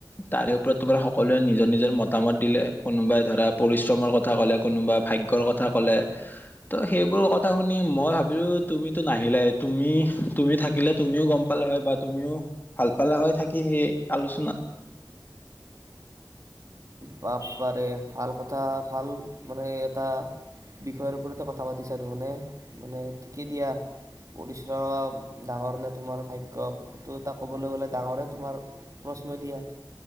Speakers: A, on the left (about 25°); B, on the right (about 50°).
A: তাৰে ওপৰত তোমাৰ সকলোৱে নিজৰ নিজৰ মতামত দিলে, কোনোবাই ধৰা পৰিশ্ৰমৰ কথা ক'লে কোনোবা ভাগ্য। কৰ কথা কলে, ত' সেইবোৰ কথা শুনি মই ভাবিলো তুমিতো নাহিলেই, তুমি তুমি থাকিলে তুমিও গম পালা হয় বা তুমিও ভাল পালা হয় থাকি সেই আলোচনাত।
B: বাপাৰে ভাল, কথা ভাল মানে এটা বিষয়ৰ ওপৰতে কথা পাতিছা দেখোন এ, মানে মানে ঠিকেই দিয়া। পৰিশ্ৰম ডাঙৰ নে তোমাৰ ভাগ্য এইটো এটা ক'বলৈ গ'লে ডাঙৰে তোমাৰ প্ৰশ্ন দিয়া,